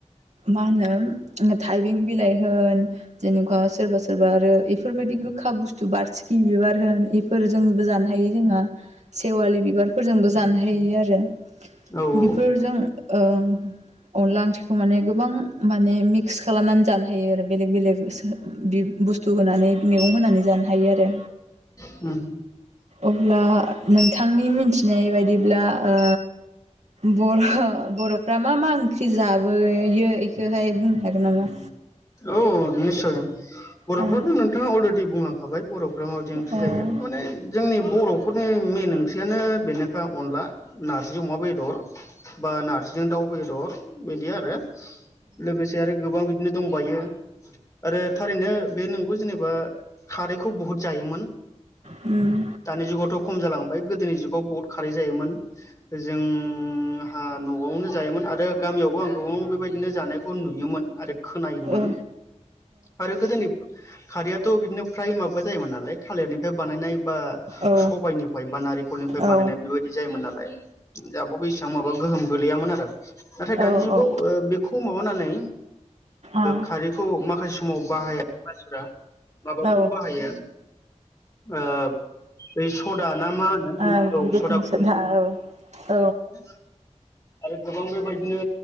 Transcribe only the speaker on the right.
मा होनो थाइबें बिलाइ ओ जेनेबा सोरबा सोरबा आरो बेफोरबायदि गोखा बुस्थु बारसिखि बिबार होन ए फोजोबो जानो हायो जोंहा सेवालि बिबारफोरजोंबो जानो हायो आरो।
बेफोरजों
ओ ओं अनला ओंख्रिखौ माने गोबां माने मि क्स खालामनानै जानो हायो आरो बेलेग बेलेग बि बुस्थु होनानै मैगं होनानै जानो हायो आरो।
अब्ला नोंथांनि मिथिनाय बायदिब्ला ओ बर' बर'फ्रा मा मा ओंख्रि जाबोयो बेखौहाय बुंनो हागोन नामा?
औ
औ
औ
उम
उम।
ओ
ओ
औ
औ
औ
अ
औ
ओ
बेकिं
सदा औ औ